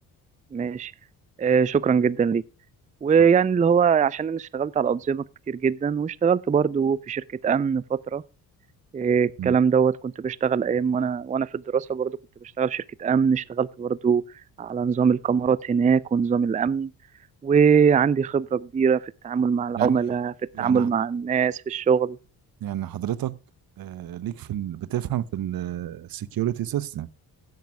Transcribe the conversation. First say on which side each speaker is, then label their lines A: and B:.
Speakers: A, on the right; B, on the right.
A: ماشي آه، شكرا جدا ليك ويعني
B: اتفضل.
A: اللي هو عشان انا اشتغلت على انظمه كتير جدا واشتغلت برضو في شركه امن فتره إيه الكلام
B: مم.
A: دوت كنت بشتغل ايام وانا وانا في الدراسه برضو كنت بشتغل في شركه امن اشتغلت برضو على نظام الكاميرات هناك ونظام الامن وعندي خبره كبيره في التعامل مع العملاء
B: يعني
A: في التعامل
B: يعني
A: مع الناس في الشغل
B: يعني حضرتك آه، ليك في ال... بتفهم في السكيورتي سيستم